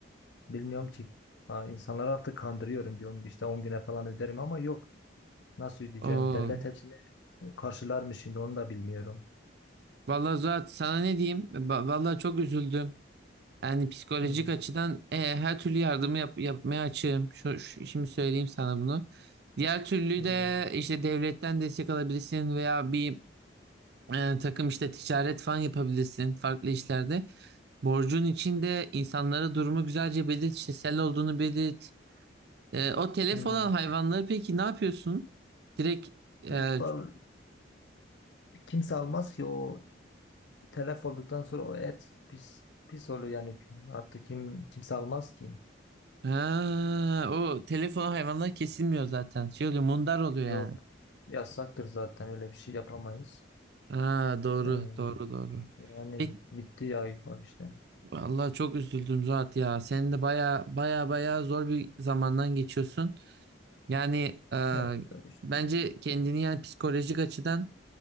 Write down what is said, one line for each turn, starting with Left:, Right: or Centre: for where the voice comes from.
Left: bilmiyorum ki. Ha, insanları artık kandırıyorum diyorum. İşte 10 güne falan öderim ama yok. Nasıl ödeyeceğim?
Right: oo.
Left: Devlet hepsini karşılar mı şimdi onu da bilmiyorum.
Right: Vallahi Zuhat sana ne diyeyim? Ba- Vallahi çok üzüldüm. Yani psikolojik
Left: Hmm.
Right: açıdan e, her türlü yardımı yap- yapmaya açığım. Şu, şu- şimdi söyleyeyim sana bunu. Diğer türlü
Left: Hmm.
Right: de işte devletten destek alabilirsin veya bir e, takım işte ticaret falan yapabilirsin farklı işlerde. Borcun içinde insanlara durumu güzelce belirt, işte sel olduğunu belirt. E, o telef
Left: Hmm.
Right: olan hayvanları peki ne yapıyorsun? Direkt e,
Left: İkbal kimse almaz ki o telef olduktan sonra o et pis pis oluyor yani artık kim kimse almaz ki.
Right: ha, o telef olan hayvanlar kesilmiyor zaten. Şey oluyor, mundar oluyor
Left: Yok
Right: yani.
Left: yasaktır zaten öyle bir şey yapamayız.
Right: Ha, doğru,
Left: Ee,
Right: doğru, doğru.
Left: yani
Right: Peki
Left: gitti ya var işte.
Right: Vallahi çok üzüldüm Zuhat ya. Senin de baya baya baya zor bir zamandan geçiyorsun. Yani e,
Left: Evet işte.
Right: bence kendini yani psikolojik açıdan